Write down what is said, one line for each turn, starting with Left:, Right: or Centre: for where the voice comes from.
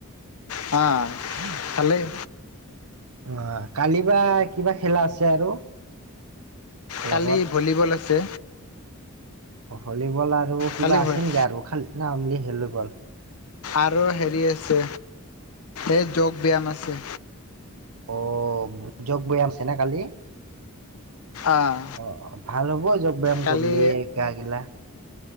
Left: অ
Right: <unintelligible>
Left: ভালেই
Right: অ কালি বা কিবা খেলা আছে আৰু ক্লাবত।
Left: কালি ভলীবল আছে
Right: অ হলীবল আৰু কিবা
Left: কালি
Right: আছে
Left: ভ-
Right: নেকি আৰু খালি না অনলী হেলীবল
Left: আৰু হেৰি আছে এই যগ ব্যায়াম আছে
Right: অ যগ ব্যায়াম আছেনে কালি
Left: আহ
Right: অ অ ভাল হ'ব যগ ব্যায়াম
Left: কালি
Right: কৰিলেএ গা গিলা